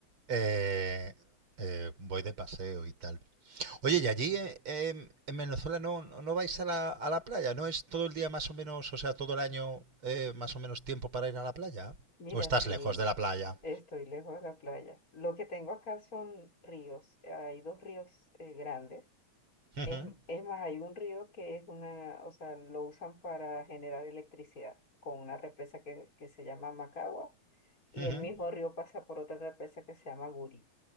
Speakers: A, on the right; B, on the left.
A: eh, eh, voy de paseo y tal. Oye, y allí eh, em, en Venezuela no, no no vais a la, a la playa, ¿no es todo el día más o menos, o sea, todo el año eh, más o menos tiempo para ir a la playa?
B: Mira,
A: ¿O estás
B: sí,
A: lejos de la playa?
B: estoy lejos de la playa. Lo que tengo acá son ríos. eh, Hay dos ríos eh, grandes.
A: Ujú,
B: Es, es más, hay un río que es una, o sea, lo usan para generar electricidad con una represa que, que se llama Macagua y
A: ujú,
B: el mismo río pasa por otra represa que se llama Guri.